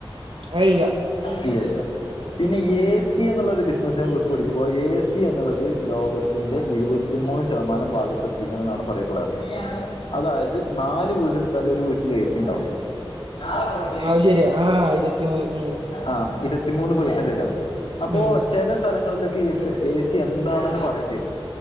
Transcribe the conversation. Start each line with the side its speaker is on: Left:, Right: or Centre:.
Right: അയ് ഇല്ല്യ.
Left: ഇല്ല്യ ഇല്ല്യ. പിന്നെ എ സി എന്നുള്ള ഒരു ബിസിനസിനെ കുറിച്ച് പഠിക്കുമ്പോ എ സി എന്നുള്ളത് ലോകത്തിന്റെ ഇരുപ ത്തിമൂന്ന് ശതമാനം ഭാഗത്ത് എത്തിക്കണം എന്നാണ് പറയപ്പെടാറ്. അതായത് നാല് വീടെടുത്താല് ഒരു വീട്ടില് എ സി ഉണ്ടാവും <inaudible>
Right: അത് ശരിയാ. ആഹ് <unintelligible> ഉം
Left: ആ ഇരുപത്തിമൂന്ന് പേർസെന്റേജ് ആണ് അപ്പോ
Right: ഉം
Left: ചെല സ്ഥലങ്ങളിലൊക്കെ എ സി എന്താണെന്ന് പറയേണ്ടി വരും